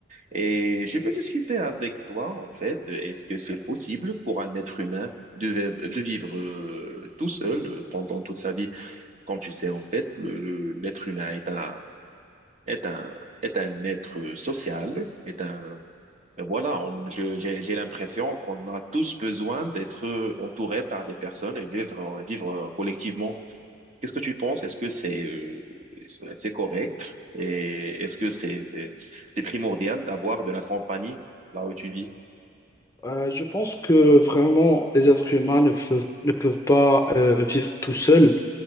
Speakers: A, on the right; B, on the left.
A: Et je veux discuter avec toi, en fait, est-ce que c'est possible pour un être humain de, vi- de vivre euh, tout seul euh, pendant toute sa vie? Comme tu sais, en fait, le, le- l'être humain est un est un, est un être social, est un, et voilà, on, je- j'ai, j'ai l'impression qu'on a tous besoin d'être entourés par des personnes et vivre, vivre collectivement. Qu'est-ce que tu penses? Est-ce que c'est, euh, c'est c'est correct? Et est-ce que c'est, c'est, c'est primordial d'avoir de la compagnie là où tu vis?
B: Euh, je pense que vraiment les êtres humains ne peuvent, ne peuvent pas euh, vivre tout seuls.